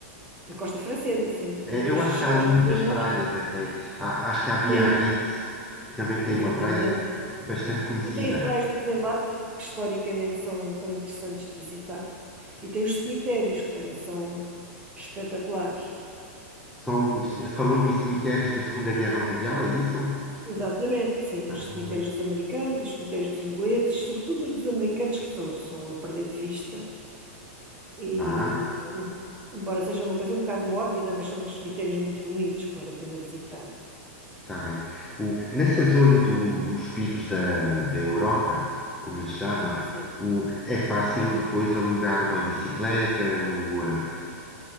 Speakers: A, on the right; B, in the centre.
A: a costa francesa, sim.
B: Eh,
A: E depois
B: Eu acho
A: cheguei
B: que há ali
A: aos
B: muitas
A: Pirineus,
B: praias até. Há- Acho que há Biarritz,
A: sim,
B: que também tem
A: exatamente,
B: uma praia
A: exatamente.
B: bastante conhecida.
A: E tem as praias do desembarque, que historicamente são, são interessantes de visitar. E tem os cemitérios, que também são espetaculares.
B: São, os- falou-me em cemitérios da Segunda Guerra Mundial, é isso?
A: Exatamente, sim,
B: Ah,
A: os cemitérios dos americanos, os cemitérios dos ingleses, sobretudo os dos americanos que são, são a perder de vista. E,
B: ah,
A: e, embora seja uma coisa um bocado mórbida, mas são uns cemitérios muito bonitos que vale a pena visitar.
B: Está bem. O- nessa zona do- dos picos da, da Europa, como lhe chama,
A: Hum, sim,
B: o- é fácil depois alugar uma bicicleta o, eh,